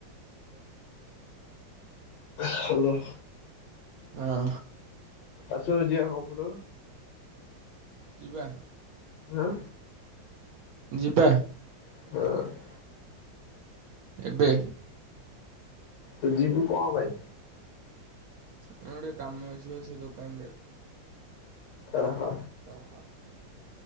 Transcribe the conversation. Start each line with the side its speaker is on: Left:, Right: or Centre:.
Left: ହେଲୋ।
Right: ହଁ।
Left: ଆଶିବ ଯିବା ଆମ ଘରକୁ
Right: ଯିବା
Left: ଆ ଆ।
Right: ଯିବା।
Left: ହଁ।
Right: ଏବେ।
Left: ତ ଯିବୁ କଣ ପାଇଁ
Right: ଗୋଟେ କାମ ଅଛିପା ସେ ଦୋକାନରେ।
Left: ଓହୋ।
Right: ଓହୋ।